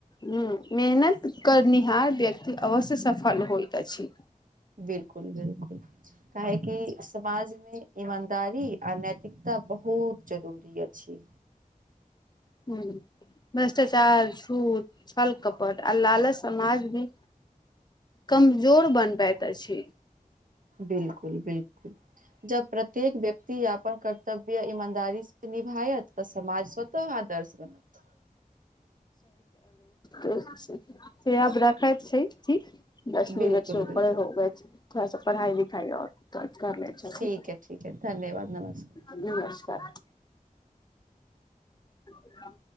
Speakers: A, on the left (about 30°); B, on the right (about 70°).
A: ह मेहनत करनिहार व्यक्ति अवश्य सफल होइत अछि।
B: बिलकुल-बिलकुल। काहेकि समाजमे ईमानदारी आओ नैतिकता बहुत जरूरी अछि।
A: हूॅं भ्रष्टाचार सूट छल कप। प आ लाल समाज भी कमजोर बन पैत अछि।
B: बिलकुल-बिलकुल जब प्रत्येक व्यक्ति य अपन कर्तव्य ईमानदारी से। निभायत व समाज स्वतः आदर्श बनत।
A: त से आब रखैत छै, छी दस
B: बिलकुल
A: मिनट से ऊपर
B: बिलकुल
A: होग छै। थोड़ा सा पढ़ाइ लिखाइ आओर त कर लेचा
B: ठीक
A: छथि।
B: है ठीक है धन्यवाद नमस्कार
A: नमस्कार। ह।